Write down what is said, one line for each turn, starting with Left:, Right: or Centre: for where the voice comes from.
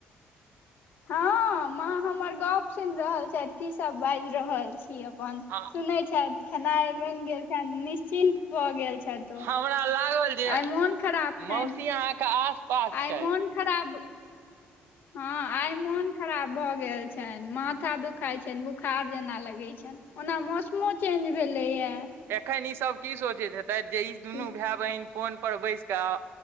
Left: हँ माँ हमर गप सुनि रहल छथि। की सभ बाजि रहल छी की अप्पन
Right: हँ।
Left: सुनैत छथि। खेनाइ बनि गेल छै। निश्चिन्त भऽ गेल छथि। ओ
Right: हमरा लागल जे
Left: आइ मोन खराब
Right: मौसी
Left: छनि
Right: अहाँ के आस पास
Left: आइ
Right: छथि
Left: मोन खराब भ गेल हा आइ मोन खराब भए गेल छनि। माथा दुखाई छनि बुखार जेना लगे छनि ओना मौसमो चेंज भेले या
Right: एखन ई सभ की सोचैत हेतै जे ई दुनू
Left: छै
Right: भाई बहिन फोन पर बैस कऽ